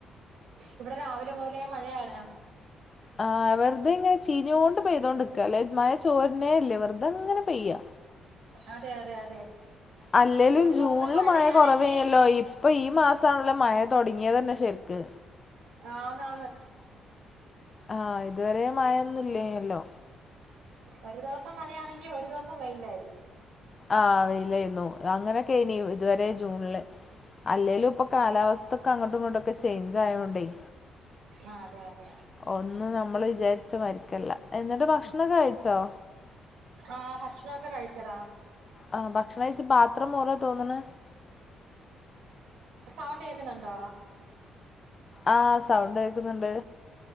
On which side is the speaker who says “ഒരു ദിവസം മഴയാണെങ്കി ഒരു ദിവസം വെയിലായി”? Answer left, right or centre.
Right